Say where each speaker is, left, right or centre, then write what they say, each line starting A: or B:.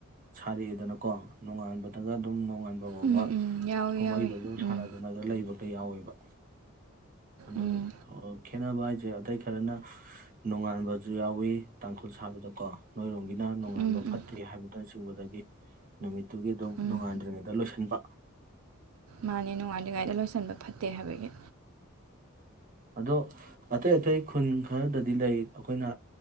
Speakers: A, on the right (about 40°); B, on the right (about 80°).
A: ꯁꯥꯔꯛꯑꯦꯗꯅꯀꯣ ꯅꯣꯡꯉꯥꯟꯕꯗꯒ ꯑꯗꯨꯝ ꯅꯣꯡꯉꯥ
B: ꯎꯝ
A: ꯕ
B: ꯎꯝ ꯌꯥꯎꯋꯤ
A: ꯀꯨꯝꯍꯩꯗꯁꯨ
B: ꯌꯥꯎꯋꯤ ꯎꯝ
A: ꯁꯥꯟꯅꯗꯅ ꯂꯩꯕ ꯈ ꯌꯥꯎꯋꯦꯕ ꯦ
B: ꯎꯝ
A: ꯈꯦꯠꯅꯕ ꯍꯥꯏꯁꯦ ꯑꯇꯩ ꯈꯔꯅ ꯅꯣꯡꯉꯥꯟꯕꯁꯨ ꯌꯥꯎꯋꯤ ꯇꯥꯡꯈꯨꯜ ꯁꯥꯕꯗꯀꯣ ꯅꯣꯏꯔꯣꯝꯒꯤ ꯅꯨꯡꯉꯥꯏꯕ
B: ꯎꯝ ꯎꯝ
A: ꯐꯠꯇꯦ ꯍꯥꯏꯕꯗ ꯦ ꯅꯃꯤ ꯑꯗꯨꯒꯤ ꯑꯗꯨꯝ
B: ꯎꯝ
A: ꯅꯨꯡꯉꯥꯟꯗ꯭ꯔꯤꯉꯩꯗ ꯂꯣꯏꯁꯤꯟꯕ
B: ꯃꯥꯅꯦ ꯣꯡꯉꯥꯜꯂꯤ ꯒꯥꯥꯏꯗ ꯂꯣꯏꯁꯤꯟꯕ ꯐꯠꯇꯦ ꯍꯥꯏꯕꯒꯤ
A: ꯑꯗꯣ ꯑꯇꯩ ꯑꯇꯩ ꯈꯨꯟ ꯈꯔꯗꯗꯤ ꯂꯩ ꯑꯩꯈꯣꯏꯅ